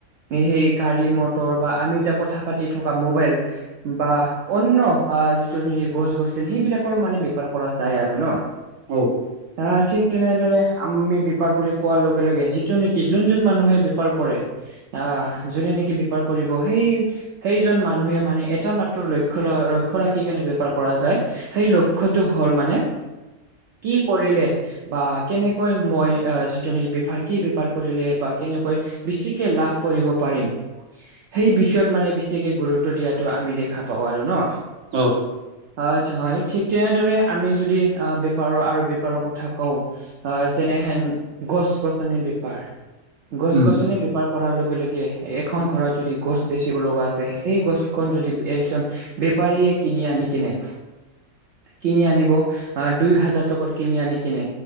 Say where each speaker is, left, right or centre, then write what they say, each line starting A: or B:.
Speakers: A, on the right; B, on the right.
A: এ সেই গাড়ী মটৰ বা আমি এতিয়া কথা পাতি থকা মোবাইল বা অন্য আ যিটো নেকি গছ- গছনি সেইবিলাকৰো মানে বেপাৰ কৰা যায় আৰু ন'।
B: ঔ
A: আহ, ঠিক তেনেদৰে আমি বেপাৰ বোৰে কোৱাৰ লগে -লগে যিটো নেকি যোন -যোন মানুহে বেপাৰ কৰে আহ, যোনে নেকি বেপাৰ কৰিব সেই সেইজন মানুহে মানে এটা মাত্ৰ লক্ষ্যলয় লক্ষ্য ৰাখি কেনে বেপাৰ কৰা যায়। সেই লক্ষ্যটো হ'ল মানে কি কৰিলে বা কেনেকৈ মই যিটো নেকি বেপাৰ কি বেপাৰ কৰিলে বা কেনেকৈ বেছিকে লাভ কৰিব পাৰিম
B: <inaudible>
A: সেই বিষয়ত মানে বেছিকে গুৰুত্ব দিয়াটো আমি দেখা পাওঁ আৰু ন'।
B: অ',
A: হয় আচ্ছা হয় এই ঠিক তেনেদৰে আমি যদি আহ বেপাৰৰ আৰু বেপ বেপাৰৰ কথা কওঁ আহ যেনেহেন গছ- গছনিৰ বেপাৰ গছ-গছনি
B: উম
A: বেপাৰ কৰাৰ লগে -লগে এখন ঘৰত যদি গছ বেচিব লগা আছে সেই গছ খন যদি এজন বেপাৰীয়ে কিনি আনি কিনে কিনি আনিব আহ, দুই হাজাৰ টকাৰ কিনি আনি কিনে